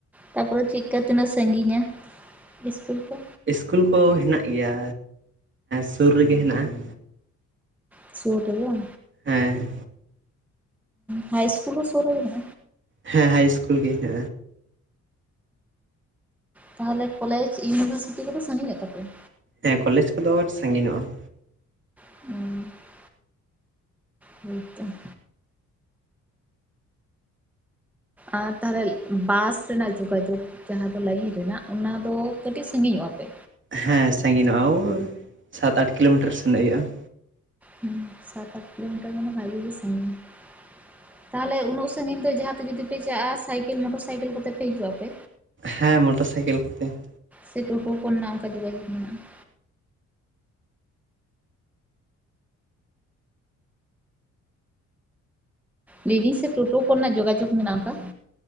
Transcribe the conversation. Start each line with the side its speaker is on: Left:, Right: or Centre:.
Centre: ᱛᱟᱯᱚᱨᱮ ᱪᱤᱠᱟᱹ ᱛᱤᱱᱟᱹᱜ ᱥᱟᱺᱜᱤᱧᱟ ᱤᱥᱠᱩᱞ ᱠᱚ?
Right: ᱤᱥᱠᱩᱞ ᱠᱚ ᱦᱮᱱᱟᱜ ᱜᱮᱭᱟ ᱥᱩᱨ ᱨᱮᱜᱮ ᱦᱮᱱᱟᱜᱼᱟ ᱾
Centre: ᱥᱩᱨ ᱜᱮᱭᱟ?
Right: ᱦᱮᱸ ᱾
Centre: ᱦᱟᱭ ᱥᱠᱩᱞ ᱦᱚᱸ ᱥᱩᱨ ᱨᱮᱜᱮ?
Right: ᱦᱮᱸ ᱦᱟᱭ ᱤᱥᱠᱩᱞ ᱜᱮ <unintelligible>
Centre: ᱛᱟᱦᱚᱞᱮ ᱠᱚᱞᱮᱡᱽ ᱤᱭᱩᱱᱤᱵᱷᱟᱨᱥᱤᱴᱤ ᱠᱚᱫᱚ ᱥᱟᱺᱜᱤᱧᱚᱜ ᱛᱟᱯᱮᱭᱟ?
Right: ᱦᱮᱸ ᱠᱚᱞᱮᱡᱽ ᱠᱚᱫᱚ ᱥᱟᱺᱜᱤᱧᱚᱜᱼᱟ ᱾
Centre: ᱦᱩᱸ ᱾ ᱦᱚᱭ ᱛᱚ ᱾ ᱟ ᱛᱟᱦᱞᱮ ᱵᱟᱥ ᱨᱮᱱᱟᱜ ᱡᱚᱜᱟ ᱡᱚᱜ ᱡᱟᱦᱟᱸ ᱫᱚ ᱞᱟᱭᱤᱱ ᱨᱮᱱᱟᱜ ᱚᱱᱟ ᱫᱚ ᱠᱟᱹᱴᱤᱡ ᱥᱟᱺᱜᱤᱧᱚᱜᱼᱟ ᱯᱮ?
Right: ᱦᱮᱸ ᱥᱟᱺᱜᱤᱧᱚᱜᱼᱟ ᱚᱭ ᱥᱟᱛ ᱟᱴ ᱠᱤᱞᱚᱢᱤᱴᱟᱨ ᱥᱮᱱᱚᱜ ᱦᱩᱭᱩᱜᱼᱟ ᱾
Centre: ᱦᱩᱸ ᱥᱟᱛ ᱟᱴ ᱠᱤᱞᱚᱢᱤᱴᱟᱨ ᱢᱟᱱᱮ ᱵᱷᱟᱜᱤ ᱜᱮ ᱥᱟᱺᱜᱤᱧᱟ ᱾ ᱛᱟᱦᱚᱞᱮ ᱩᱱᱟᱹᱜ ᱥᱟᱺᱜᱤᱧ ᱫᱚ ᱡᱟᱦᱟᱸᱛᱮ ᱡᱩᱫᱤ ᱯᱮ ᱪᱟᱜᱼᱟ ᱥᱟᱭᱠᱮᱞ ᱢᱚᱴᱚᱨ ᱥᱟᱭᱠᱮᱞ ᱠᱚᱛᱮ ᱯᱮ ᱦᱤᱡᱩᱜᱼᱟᱯᱮ?
Right: ᱦᱮᱸ ᱢᱚᱴᱚᱨ ᱥᱟᱭᱠᱮᱞ ᱠᱚᱛᱮ ᱾
Centre: ᱥᱮ <unintelligible> ᱨᱮᱱᱟᱜ ᱚᱱᱠᱟ ᱡᱚᱜᱟᱡᱚᱜᱽ ᱢᱮᱱᱟᱜᱼᱟ? ᱞᱤᱫᱤᱧ ᱥᱮ ᱴᱩᱴᱩ ᱠᱚᱨᱮᱱᱟᱜ ᱡᱚᱜᱟᱡᱚᱜᱽ ᱢᱮᱱᱟᱜᱼᱟ ᱚᱱᱠᱟ?